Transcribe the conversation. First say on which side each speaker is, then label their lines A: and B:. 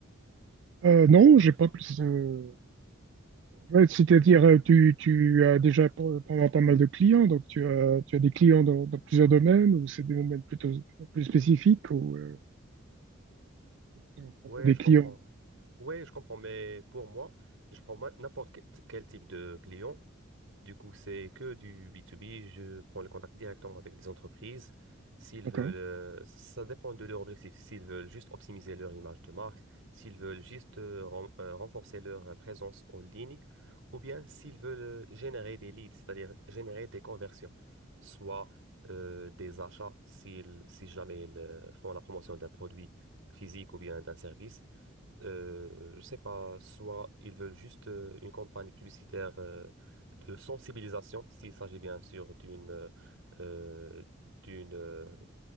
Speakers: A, on the right; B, on the right.
A: Euh, non, j'ai pas plus. euh, Ouais, c'est-à-dire, euh, tu, tu as déjà p- pendant pas mal de clients, donc tu as, tu as des clients dans, dans plusieurs domaines, ou c'est des domaines plutôt plus spécifiques, ou euh, c'est au propos
B: Ouais,
A: des
B: je
A: clients.
B: comprends. Ouais, je comprends, mais pour moi, je prends ma- n'importe que- quel type de client. Du coup, c'est que du B2B. Je prends le contact directement avec les entreprises. S'ils
A: D'accord,
B: veulent, euh, ça dépend de leur objectif. S'ils veulent juste optimiser leur image de marque, s'ils veulent juste euh, ren- euh, renforcer leur présence en ligne, ou bien s'ils veulent euh, générer des leads, c'est-à-dire générer des conversions, soit euh, des achats, s'ils, si jamais ils euh, font la promotion d'un produit physique ou bien d'un service. Euh, je sais pas, soit ils veulent juste euh, une campagne publicitaire euh, de sensibilisation, s'il s'agit bien sûr d'une euh, euh, d'une euh,